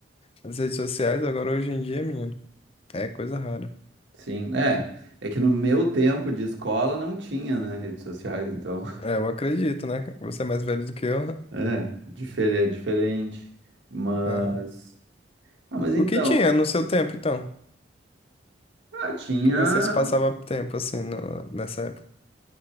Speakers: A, on the left; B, on the right.
A: as redes sociais, agora hoje em dia, menino, é coisa rara.
B: Sim, é. É que no meu tempo de escola não tinha, né, redes sociais, então.
A: É, eu acredito, né? Você é mais velho do que eu.
B: É, difere- diferente, mas...
A: <laughs> Aham.
B: Ah, mas então,
A: O que tinha no seu tempo, então?
B: ah, tinha,
A: O que você se passava tempo assim no- nessa época?